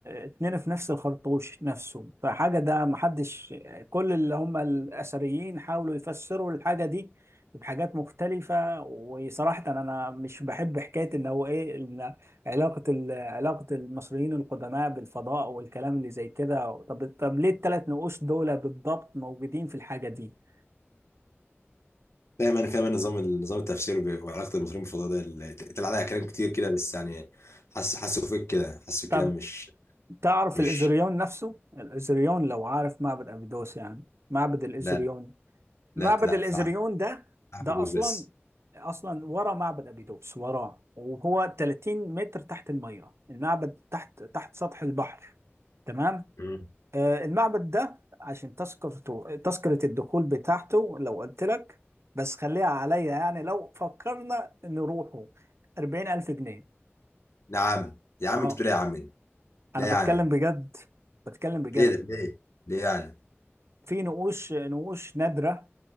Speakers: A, on the right; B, on the left.
A: اتنين في نفس الخرطوش نفسه فحاجة ده محدش كل اللي هم الأثريين حاولوا يفسروا الحاجة دي بحاجات مختلفة وصراحة أنا مش بحب حكاية إن هو إيه إن علاقة ال- علاقة المصريين القدماء بالفضاء والكلام اللي زي كده طب طب ليه الثلاث نقوش دول بالضبط موجودين في الحاجة دي؟
B: فاهم انا فاهم انا نظام نظام التفسير ب- وعلاقه المصريين بالفضاء ده اللي طلع عليها كلام كتير كده بس يعني حاسس حاسه فيك كده حاسه الكلام
A: طب
B: مش
A: تعرف
B: مش
A: الإزريون نفسه؟ الإزريون لو عارف معبد أبيدوس يعني معبد الإزريون
B: لا
A: معبد
B: لا لا
A: الإزريون
B: لا
A: ده
B: ابو
A: ده
B: دوس
A: أصلا
B: بس
A: أصلا ورا معبد أبيدوس وراه وهو 30 متر تحت المية المعبد تحت تحت سطح البحر تمام
B: مم.
A: آه، المعبد ده عشان تذكرته تذكرة الدخول بتاعته لو قلت لك بس خليها عليا يعني لو فكرنا نروحه 40000 جنيه
B: نعم يا عم
A: اه
B: انت بتقول إيه يا عم
A: انا
B: لا
A: بتكلم
B: يعني
A: بجد بتكلم بجد
B: ليه ده ليه ليه يعني
A: في نقوش نقوش نادرة